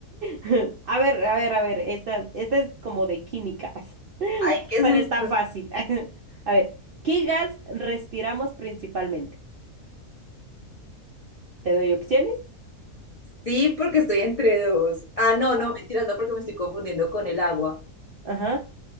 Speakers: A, on the right; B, on the left.
A: <laughs> A ver, a ver, a ver. Esta, esta es como de químicas,
B: <laughs>
A: <laughs>
B: Ay, qué
A: pero
B: susto.
A: está fácil. <laughs> A ver, ¿qué gas respiramos principalmente? ¿Te doy opciones?
B: Sí, porque estoy entre dos. Ah, no, no,
A: Ah,
B: mentiras, no, porque me estoy confundiendo con el agua.
A: Ajá.